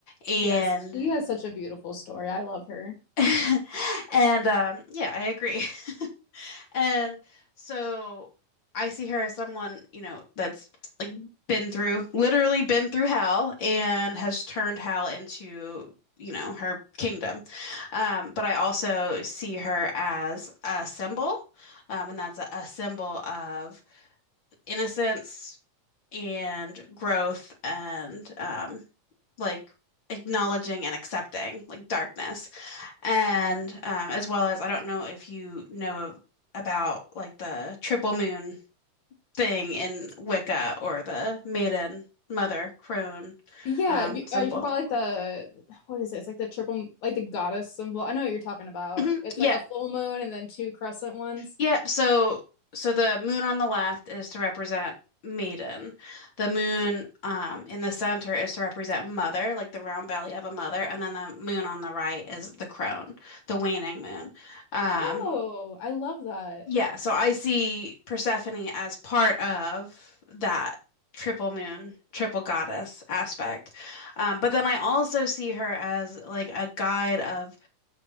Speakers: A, on the left (about 40°); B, on the left (about 70°).
A: And
B: Yes, she has such a beautiful story. I love her.
A: <laughs> and um yeah, I agree. And so I see her as someone, you know, that's like been through, literally been through hell and has turned hell into, you know, her kingdom. Um, but I also see her as a symbol, um, and that's a, a symbol of innocence and growth and um, like acknowledging and accepting like darkness. And um, as well as, I don't know if you know about like the triple moon thing in Wicca or the maiden, mother, crone
B: Yeah,
A: um,
B: you,
A: symbol.
B: uh, you talking about like the what is it? It's like the triple, like the goddess symbol. I know what you're talking about.
A: Mhm.
B: It's
A: Yeah,
B: like a full moon and then two crescent ones.
A: yeah. So, so the moon on the left is to represent maiden. The moon um, in the center is to represent mother, like the round belly of a mother, and then the moon on the right is the crone, the waning moon. Um,
B: Oh, I love that.
A: Yeah, so I see Persephone as part of that triple moon, triple goddess aspect. Um, but then I also see her as like a guide of